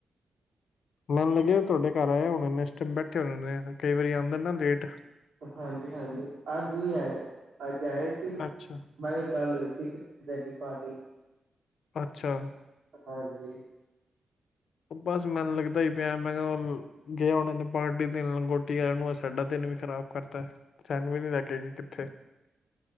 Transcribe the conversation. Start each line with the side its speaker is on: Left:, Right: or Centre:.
Left: ਮੈਨੂੰ ਲੱਗੇ ਤੁਹਾਡੇ ਘਰ ਆਏ ਐ ਉਹ ਮੰਮੀ ਇਸ ਟਾਈਮ ਬੈਠੇ ਹੁੰਦੇ ਨੇ, ਕਈ ਵਾਰੀ ਆਂਦੇ ਨੇ ਲੇਟ
Right: ਹਾਂਜੀ ਹਾਂਜੀ ਅੱਜ ਨੀ ਆਏ ਅੱਜ ਜਾ ਆਏ ਸੀ
Left: ਅੱਛਾ
Right: ਮੈ ਗੱਲ ਹੋਈ ਸੀ ਕਿਨੀ ਪਾਰਟੀ
Left: ਅੱਛਾ,
Right: ਹਾਂਜੀ
Left: ਬਸ ਮੈਨੂੰ ਲੱਗਦਾ ਹੀ ਪਿਆ ਮੈਂ ਕਿਹਾ ਹੁਣ ਗਿਆ ਉਹਨਾਂ ਨੂੰ ਨੇ ਪਾਰਟੀ ਦਿਨ ਲੰਗੋਟੀ ਵਾਲਿਆਂ ਨੂੰ ਸਾਡਾ ਦਿਨ ਵੀ ਖਰਾਬ ਕਰਤਾ ਛਡ ਵੀ ਨ ਲੈ ਕੇ ਗਏ ਕਿੱਥੇ